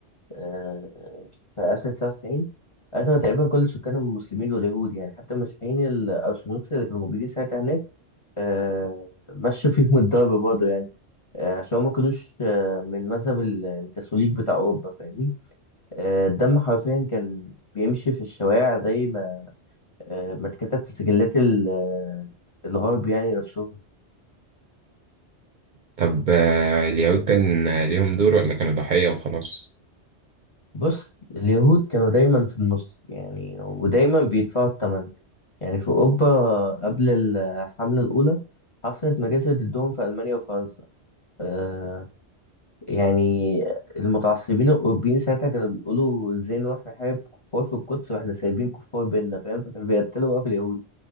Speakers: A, on the left; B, on the right.
A: آه، في 1099 قتلوا تقريبا كل سكان المسلمين واليهود يعني حتى المسيحيين الأرثوذكس اللي كانوا موجودين ساعتها هناك آه، مشوا فيهم <laughs> الضرب برضه يعني آه، عشان هما ما كانوش آه، من مذهب ال- الكاثوليك بتاع أوروبا فاهمني آه، الدم حرفيا كان بيمشي في الشوارع زي ما آه، ما اتكتب في سجلات ال- آه، الغرب يعني نفسهم
B: طب آه، اليهود كان ليهم دور ولا كانوا ضحية وخلاص
A: بص اليهود كانوا دايما في النص يعني ودايما بيدفعوا الثمن يعني في أوروبا قبل الحملة الأولى حصلت مجازر ضدهم في ألمانيا وفرنسا آه يعني المتعصبين الأوروبيين ساعتها كانوا بيقولوا إزاي نروح نحارب كفار في القدس وإحنا سايبين كفار بيننا فاهم فكانوا بيقتلوا بقى في اليهود